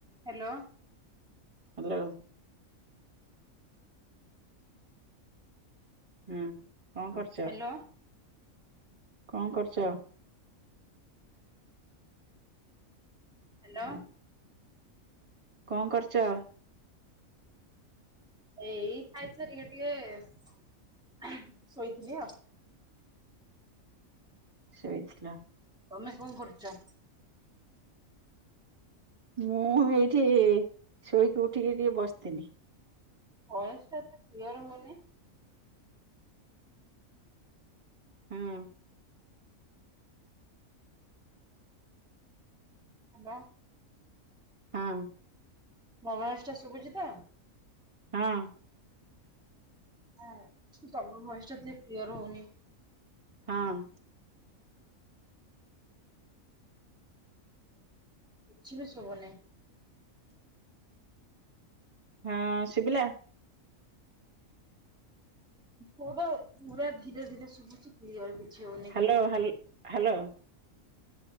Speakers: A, in the centre; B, on the right.
A: Hello
B: hello ହୁଁ କଣ କରୁଛ?
A: ହ୍ୟାଲୋ
B: କଣ କରୁଛ?
A: ହ୍ୟାଲୋ
B: କଣ କରୁଛ? <inaudible>
A: ଏଇ ଖାଇସାରିକି ଟିକେ ଟିକେ ଶୋଇଥିଲି ଆଉ
B: ସୋଇଥିଲ
A: ତମେ କଣ କରୁଛ?
B: ମୁଁ ଏଇଠି ଶୋଇକି ଉଠିକି ଟିକେ ବସିଥିଲି
A: ଭଏସ୍‌ ଟା ତ କ୍ୟ ଲିୟର ହେଉନି
B: ହୁଁ
A: ହେଲୋ
B: ହଁ
A: ମୋ ଭଏସ୍‌ଟା ଶୁଭୁଚି ତ
B: ହଁ
A: ହଁ ତମ ଭଏସ୍‌ଟା ଟିକେ କ୍ଲିୟର୍‌ ହେଉନି
B: ହଁ
A: କିଛିି ବି ଶୁଭୁନି
B: ହଁ ଶୁଭିଲା
A: ପୁଡ଼ ପୁରା ଧୀରେ ଧୀରେ ଶୁଭୁଛି କ୍ଲିଅର୍ ଶୁଭୁନି
B: ହ୍ୟାଲୋ
A: କଥା
B: ହ୍ୟାଲୋ ହ୍ୟାଲୋ